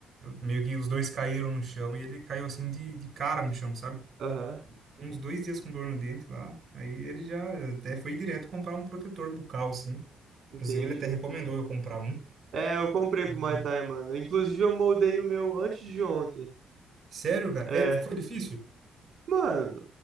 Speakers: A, on the right; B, on the right.
A: meio que os dois caíram no chão e ele caiu assim de, de cara no chão, sabe?
B: Aham,
A: Uns dois dias com dor no dente lá. Aí ele já até foi direto comprar um protetor bucal, assim.
B: entendi.
A: Inclusive, ele até recomendou eu comprar um.
B: É, eu comprei
A: Porque...
B: pro Muay Thai, mano. Inclusive, eu moldei o meu antes de ontem.
A: Sério, cara?
B: É.
A: É, foi difícil?
B: Mano,